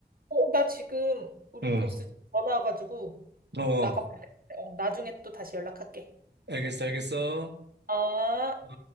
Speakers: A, on the right; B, on the right.
A: 어, 나 지금 우리
B: 응,
A: 보스 전화 와가지고
B: 어,
A: 나가봐야 돼. 어, 나중에 또 다시 연락할게.
B: 알겠어, 알겠어.
A: 아.
B: 어.